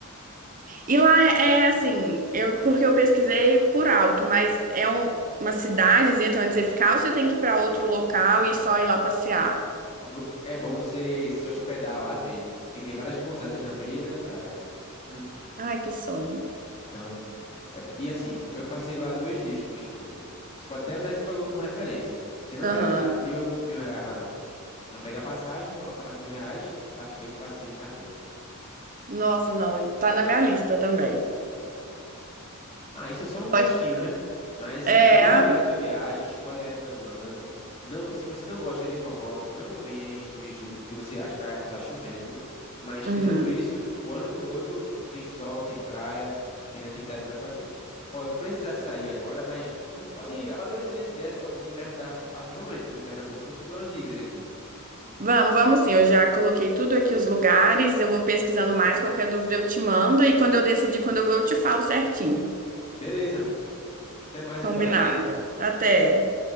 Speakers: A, on the right; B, on the left.
A: E lá é é assim, eu, porque eu pesquisei por alto, mas é um- uma cidadezinha, tem onde você ficar, ou você tem que ir para outro local e só ir lá passear?
B: Vo- É bom você se hospedar lá mesmo, porque tem várias pousadas na beira da praia. Não-
A: Ai, que sonho.
B: Então, é- e assim, eu passei lá dois dias com minha esposa. Você pode até usar esse valor como referência. Você não
A: Aham.
B: vai gastar mil, mil reais lá, não. Não, pega a passagem, coloca mais mil reais, tá feito passeio em Carneiros.
A: Nossa, não, tá na minha lista também.
B: Ah, isso é só um
A: Pode.
B: gostinho, né? Mas assim,
A: É,
B: planeja melhor
A: ah,
B: a tua viagem, escolhe a época do ano. Não, se você não gosta de forró, não venha em junho e julho, porque você, as praias vão estar chovendo. Mas
A: uhum.
B: tirando isso, o ano todo tem sol, tem praia, tem atividade para fazer. Ó, eu vou precisar sair agora, mas a gente pode ir amadurecendo essa ideia, tu pode me perguntar a qualquer momento sobre Pernambuco, eu te dou umas dicas aqui.
A: Vamos, vamos sim. Eu já coloquei tudo aqui os lugares. Eu vou pesquisando mais. Qualquer dúvida eu te mando. E quando eu decidir quando eu vou, eu te falo certinho.
B: Beleza, até mais,
A: Combinado.
B: Eduarda.
A: Combinado. Até.